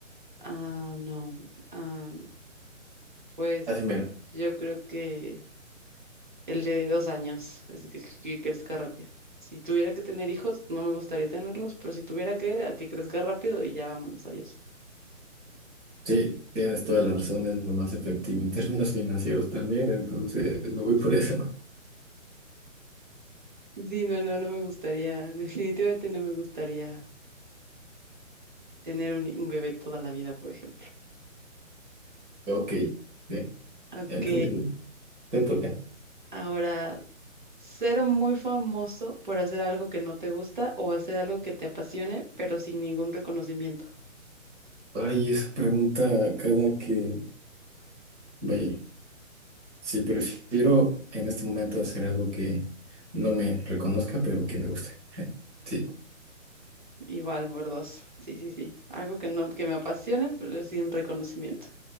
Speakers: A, on the right; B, on the right.
A: Ah, no. Ah, pues
B: Así mero.
A: yo creo que el de dos años es que, que crezca rápido. Si tuviera que tener hijos, no me gustaría tenerlos, pero si tuviera que, a que crezca rápido y ya vámonos, adiós.
B: Sí, tienes toda la razón, es lo más efectivo en términos <laughs> financieros también, entonces me voy por eso. <laughs>
A: Sí, no, no, no me gustaría, <laughs> definitivamente no me gustaría tener un, un bebé toda la vida, por ejemplo.
B: Ok, bien,
A: Ok,
B: ya entendible. Te toca.
A: ahora Ser muy famoso por hacer algo que no te gusta o hacer algo que te apasione, pero sin ningún reconocimiento.
B: Ay, esa pregunta cada que... Vaya, si prefiero en este momento hacer algo que no me reconozca, pero que me guste. <laughs> Sí,
A: Igual por dos. Sí, sí, sí. Algo que no, que me apasione, pero sin reconocimiento.